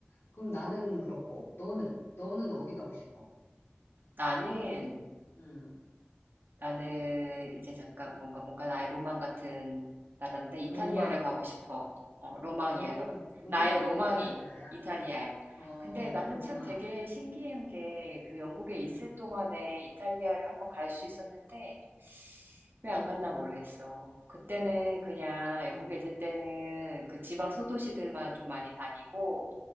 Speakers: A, on the left; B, on the right.
A: 그럼 나는 그렇고, 너는, 너는 어디 가고 싶어?
B: 나는,
A: 음,
B: 나는 이제 잠깐 뭔가, 뭔가 나의 로망 같은 나라인데 이탈리아를
A: 로망.
B: 가고 싶어. 어, 로망이야.
A: 어,
B: 로-
A: 로망이
B: 나의 로망이
A: 이탈리아야.
B: 이탈리아야.
A: 어,
B: 근데 나는
A: 그렇구나.
B: 참 되게 신기한 게 그 영국에 있을
A: 음,
B: 동안에 이탈리아를 한번 갈 수 있었는데 왜 안 갔나 모르겠어. 그때는 그냥 영국에
A: 음,
B: 있을 때는 그 지방 소도시들만 좀 많이 다니고